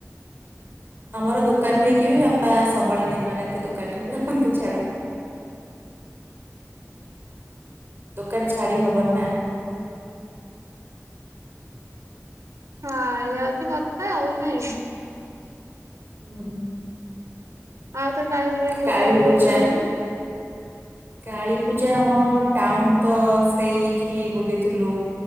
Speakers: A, on the right; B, on the right.
A: ଆମର ଦୋକାନ ହେଇକି ବି ବାପା ସବଳେ ଦିନ ରାତି ଦୋକାନରେ ରହନ୍ତି। ତି ଛାଡ଼। ଦୋକାନ ଛାଡ଼ି ହବନି ନା। <inaudible>
B: ହଁ ଏୟା ଅଛି କଥା ଆଉ ନାଇଁ।
A: ହୁଁ।
B: ଆଉ ଥର କାଳୀ ପୂଜା ରେ କୁଆଡେ
A: କାଳୀ
B: ଯାଇଥିଲ
A: ପୂଜା
B: କି ବୁଲିବାକୁ?
A: କାଳୀ ପୂଜା ହଁ ଟାଉନ ତ ସେଇଠି ବୁଲିଥିଲୁ।